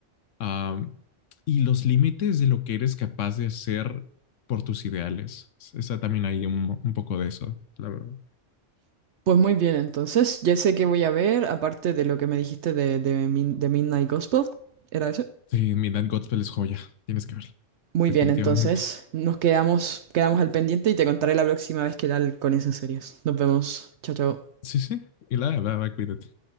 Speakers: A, on the left; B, on the right.
A: am, y los límites de lo que eres capaz de hacer por tus ideales. Esa también hay un, un poco de eso, la verdad.
B: Pues muy bien, entonces, ya sé qué voy a ver, aparte de lo que me dijiste de, de, Min- de Midnight Gospel, ¿era eso?
A: Sí, Midnight Gospel es joya, tienes que verla,
B: Muy
A: definitivamente.
B: bien, entonces nos quedamos, quedamos al pendiente y te contaré la próxima vez qué tal con esas series. Nos vemos. Chao, chao.
A: Sí, sí. Y la, va, va, cuídate.